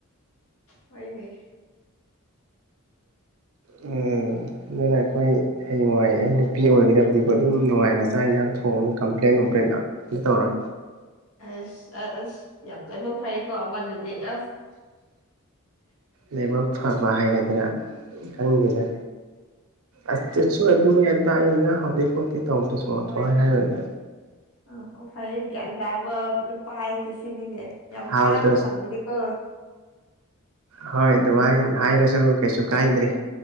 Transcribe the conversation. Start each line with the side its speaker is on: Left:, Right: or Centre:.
Left: ꯍꯣꯏꯅꯦ
Right: ꯎꯝ ꯑꯗꯨꯅ ꯑꯩꯈꯣꯏ ꯍꯌꯦꯡꯋꯥꯏ ꯑꯩ ꯅꯨꯄꯤ ꯑꯣꯏꯒꯗꯕꯗꯤꯀꯣ ꯑꯗꯨꯝ ꯅꯨꯡꯉꯥꯏꯅ ꯆꯥꯛ ꯏꯟꯖꯥꯡ ꯊꯣꯡꯉꯅꯤ ꯀꯝꯄ꯭ꯂꯦꯟ ꯅꯨꯡꯄ꯭ꯂꯦꯟ ꯍꯤꯠꯇꯧꯔꯣꯏ
Left: ꯑꯁ ꯑ ꯑꯁ ꯌꯥꯝ ꯂꯣꯏꯅꯃꯛ ꯐꯩꯀꯣ ꯑꯃꯗꯨꯗꯤ ꯑꯁ
Right: ꯂꯥꯏꯕꯛ ꯐꯕ ꯍꯥꯏꯒꯗ꯭ꯔꯥ ꯈꯪꯗꯦꯗ ꯑꯁ ꯆꯠꯁꯨ ꯑꯗꯨꯒꯤ ꯑꯗꯥꯒꯨꯅꯤꯗ ꯍꯧꯗꯤꯛꯐꯧꯗꯤ ꯇꯧꯗ꯭ꯔꯁꯨ ꯁꯨꯍꯥꯏ ꯍꯥꯏꯔꯣꯏꯒꯦ
Left: ꯑ ꯑꯣ ꯐꯩꯌꯦ ꯒ꯭ꯌꯥꯟ ꯇꯥꯕ ꯅꯨꯄꯥ ꯍꯥꯏꯁꯦ ꯁꯤꯅꯤꯅꯦ ꯌꯥꯝ
Right: ꯍꯥꯎꯇ
Left: ꯇꯥꯡꯅ ꯐꯪꯕꯅꯤꯀꯣ
Right: ꯍꯣꯏ ꯑꯗꯨꯃꯥꯏ ꯍꯥꯏꯔꯁꯨ ꯀꯩꯁꯨ ꯀꯥꯏꯗ꯭ꯔꯦ